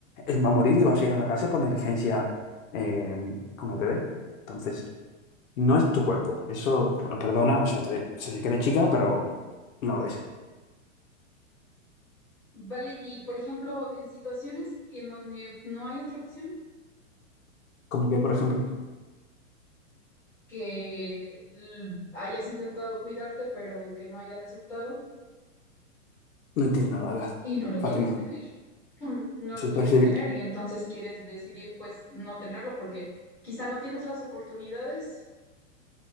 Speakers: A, on the left (about 80°); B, in the centre.
A: eh, va a morir y va a ir a la casa por negligencia eh, con el bebé. Entonces... No es tu cuerpo. Eso, perdona, o sea, te- o sea, sé que eres chica, pero no lo es.
B: Vale, y por ejemplo, en situaciones en donde no hay otra opción,
A: Como que, por ejemplo,
B: que l- hayas intentado cuidarte, pero que no haya resultado
A: no entiendo, la verdad.
B: y no lo
A: Fátima,
B: quieres tener. <clears throat> Mm, No
A: eso
B: lo quieres
A: puede ser-
B: tener y entonces quieres decidir pues no tenerlo porque quizá no tienes las oportunidades